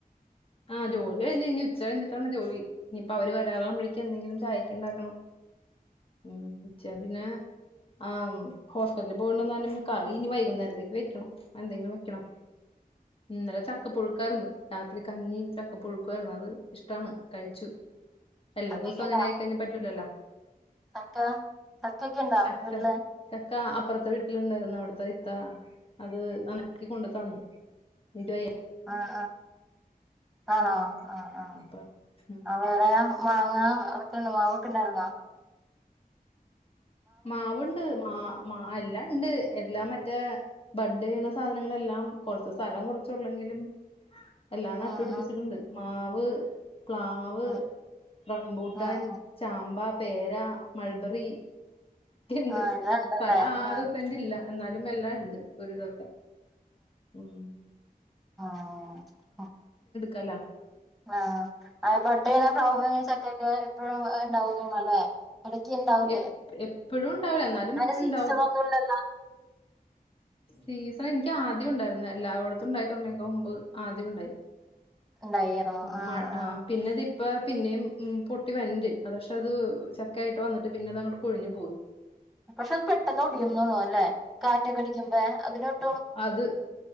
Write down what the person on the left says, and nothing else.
ആഹ ജോലി കഴിഞ്ഞ് ഇനി ഉച്ച കഴിഞ്ഞിട്ടാണ് ജോലി ഇനിയിപ്പോ അവര് വരാറാകുമ്പോഴേക്കക്ക് എന്തെങ്കിലും ചായക്ക ഉണ്ടാക്കണം ഉ ഉച്ച പിന്നെ ആ ഹോസ്പിറ്റലിൽ പോകണ്ടന്ന കറി ഇനി വൈകുന്നേരത്തേക്ക് വെക്കണം എന്തെങ്കിലും വെക്കണം ഇന്നലെ ചക്കപ്പൊഴുക്കാന്ന് രാത്രി കഞ്ഞിയ ചക്കപ്പൊഴുക്കുമായിരുന്നു അത് ഇഷ്ടാണ് കഴിച്ചു അല്ല
ദിവസം
അങ്ങനെ ആയിക്കഴിഞ്ഞാ പറ്റൂലല്ലോ
ചക്ക
ചക്ക അപ്പുറത്തെ വീട്ടിലുണ്ടായിരുന്നു അവിടത്തെ ഇത്ത അത് നനക്കി കൊണ്ടു തന്നുട്ട
ഉം
അപ്പൊ ഉം
മാവണ്ട് മാ മ എല്ലാം ഉണ്ട് എല്ലാം മറ്റേ ബഡ് വീണ സാധനങ്ങളെല്ലാം കൊറച്ച് സ്ഥലം കുറച്ചുള്ളെങ്കിലും എല്ലാം
നട്ടുപിടിപ്പിച്ചിട്ടുണ്ട്
മാവ് പക്ലാവ്
റംബൂട്ടാൻ
ചാമ്പാ പേര മൾബറി ണ്ട്
തല ആറ്
സെന്റ് ഇല്ല എന്നാലും എല്ലാ ഉണ്ട് ഒതൊക്കെ ഉം
കല
എപ് എപ്പഴും ഉണ്ടാവില്ല എന്നാലും
ഇണ്ടാവും.
സീസ എനിക്ക് ആദ്യം ഉണ്ട് ഉണ്ടായിരുന്നു എല്ലായിടത്തും ഉണ്ടായി തുടങ്ങിയക്ക മൻ്പ് ആദ്യം ഉണ്ടായി
ഉം
മഴ
പിന്നെ ഇത് ഇപ്പ പിന്നേം പൊട്ടി വൻന്റെ അത് പക്ഷെ അത് ചക്കയായിട്ട് വന്നിട്ട് പിന്നെ അത് അങ്ങോട്ട് കൊയി ഞ്ഞു പോയി
അത്